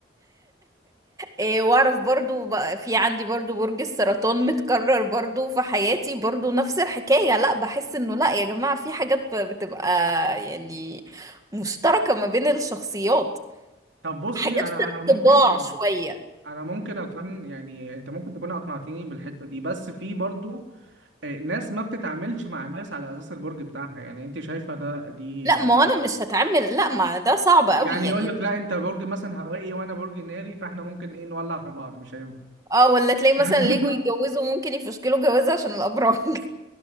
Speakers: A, on the right (about 20°); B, on the right (about 85°).
A: إيه واعرف برضو بقى في عندي برضو برج السرطان متكرر برضو في حياتي برضو نفس الحكاية لا بحس انه لا يا جماعة في حاجات ب- بتبقى يعني مشتركة ما بين الشخصيات
B: طب بصي
A: حاجات
B: انا
A: في
B: انا ممكن
A: الطباع شوية
B: انا ممكن اكون يعني انت ممكن تكون اقنعتيني بالحته دي بس في برضو آه، ناس ما بتتعاملش مع الناس على اساس البرج بتاعها يعني انت شايفه ده دي
A: لا
B: آه،
A: ما هو انا مش هتعمل لا ما ده صعب قوي
B: يعني
A: يعني
B: يقول لك لا انت برج مثلا هوائي وانا برج ناري فاحنا ممكن ايه نولع في بعض مش هينفع
A: اه ولا تلاقي مثلا
B: <laughs>
A: ليجو يتجوزوا ممكن يفشكلوا جوازة عشان الابراج